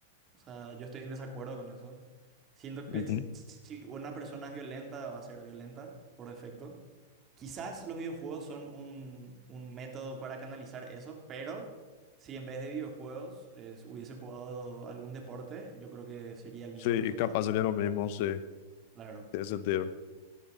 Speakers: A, on the right; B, on the left.
A: O sea, yo estoy en desacuerdo con eso. Siento
B: ujú.
A: que si una persona es violenta, va a ser violenta por defecto. Quizás los videojuegos son un, un método para canalizar eso, pero si en vez de videojuegos es- hubiese jugado algún deporte, yo creo que sería el mismo
B: sí y
A: resultado.
B: capaz sería lo mismo, sí,
A: Claro,
B: tiene sentido.